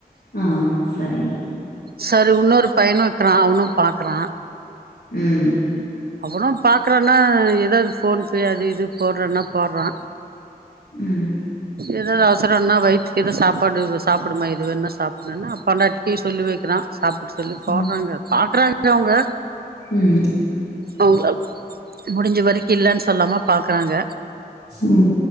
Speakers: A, on the left; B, on the right.
A: ஆ சரிங்க
B: சரு உன்னோரு பையனு இக்குறா அவனு பாக்குறா
A: ம்
B: அவனு பாக்குறான்னா எதாவ்து ஃபோன் பே அது இது போட்றானா போட்றா
A: ம்
B: எதாது அவசரோன்ன வயித்துக்கு எது சாப்பாடு சாப்புடுமா எதுவேன்னா சாப் அப்டின்னா பொண்டாட்டிக்கி சொல்லி வெக்கிறா சாப்பிட சொல்லி போட்றாங்க
A: ம்.
B: பாக்குறாங்க அவுங்க
A: ம்
B: அவங்ளால் முடிஞ்ச வரக்கி இல்லன் சொல்லாம பாக்குறாங்க
A: ம்